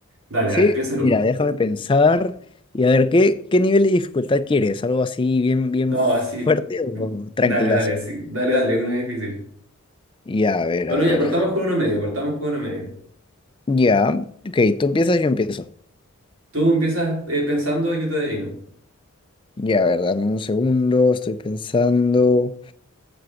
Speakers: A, on the right; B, on the left.
A: Dale,
B: Sí,
A: dale, piensa en
B: mira,
A: uno.
B: déjame pensar y a ver, ¿qué, qué nivel de dificultad quieres? ¿Algo así bien, bien
A: No,
B: fuerte
A: así.
B: o tranquilazo?
A: Dale, dale, así. Dale, dale, uno difícil.
B: Ya, a ver,
A: Bueno,
B: a ver.
A: ya, partamos con uno medio, partamos con uno medio.
B: Ya, ok, tú empiezas, yo empiezo.
A: Tú empiezas eh, pensando y yo te adivino.
B: Ya, a ver, dame un segundo, estoy pensando.